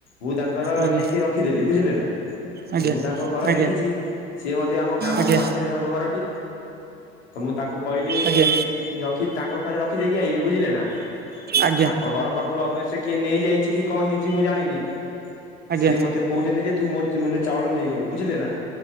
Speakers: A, on the left; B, on the right.
A: ମୁଁ ତାଙ୍କର
B: ଆଜ୍ଞା
A: ନେଇକି ରଖିଦେଲି ବୁଝିଲେ ନା। ମୁଁ
B: ଆଜ୍ଞା
A: ତାଙ୍କ ଘର
B: ଆଜ୍ଞା
A: ଦେଖିଛି, ସିଏ ମଧ୍ୟ ଆମ ଗ୍ରାମ
B: ଆଜ୍ଞା
A: ପାଖରେ ତାଙ୍କ ଘରଟି। ତ ମୁଁ ତାଙ୍କୁ କହିଲି
B: ଆଜ୍ଞା
A: ରଖି ତାଙ୍କ ଘରେ ରଖିଦେଇକି ଆଇଲିି ବୁଝିଲେ ନା।
B: ଆଜ୍ଞା
A: ତାଙ୍କ ଘର ପାଖରୁ ଅବି ସେ କିଏ ନେଇଯାଇଛି କି କ'ଣ ହେଇଛି ମୁଁ ଜାଣିନି
B: ଆଜ୍ଞା
A: ସିଏ ମତେ କହୁଛନ୍ତି ଯେ ତୁ ମୋ ମାନେ ଚାଉଳ ନେଇ ଗଲୁ ବୁଝିଲେ ନା।